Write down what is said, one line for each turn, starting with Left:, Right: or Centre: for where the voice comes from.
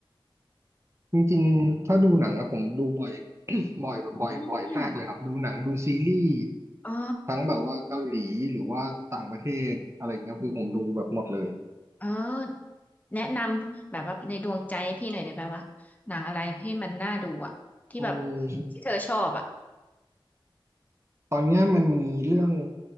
Right: จริงๆถ้าดูหนังอะผมดูบ่อย <coughs> บ่อยแบบบ่อยบ่อยมากเลยครับดูหนังดูซีรีส์
Left: อืมอ๋อ
Right: ทั้งแบบว่าเกาหลีหรือว่าต่างประเทศอะไรเงี้ยคือผมดูแบบหมดเลย
Left: เออแนะนำแบบว่าในดวงใจพี่หน่อยได้ไหมว่าหนังอะไรที่มันน่าดูอ่ะที่แบบ
Right: อืม
Left: ที่เธอชอบอ่ะ
Right: ตอนเนี้ยมันมีเรื่อง